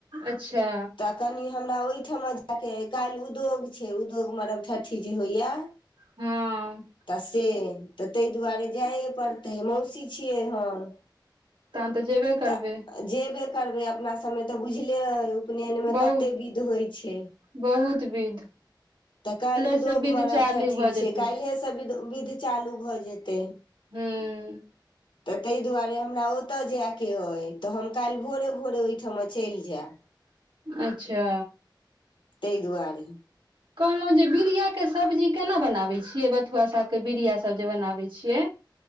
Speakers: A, on the right; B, on the left.
A: अच्छा
B: तऽ कनि हमरा ओहिठमा जायके काल्हि उद्योग छै उद्योग मरब ठ्ठी जे होइ या
A: ह
B: तऽ से तऽ ताहि दुआरे जाइए पड़तै मौसी छियै हम
A: तहन तऽ जेबे करबै
B: तऽ जेबे करबै अपना सभमे तऽ बुझले अइ उपनयनमे
A: बहु
B: कते विध होइ छै
A: बहुत विध
B: तऽ काल्हि उद्योग
A: से विध
B: मरब
A: चालू
B: ठठी
A: भऽ जेतै
B: छै काल्हिसँ विध विध चालू भऽ जेतै
A: हूँ
B: तऽ ताहि दुआरे हमरा ओतय जायके अइ तऽ हम काल्हि भोरे भोरे ओहिठमा चलि जायब
A: अच्छा
B: तै दुआरे
A: कहलहुँ जे बीरिया के सब्जी केना बनाबै छियै बथुआ सागके बीड़ियासभ जे बनाबै छियै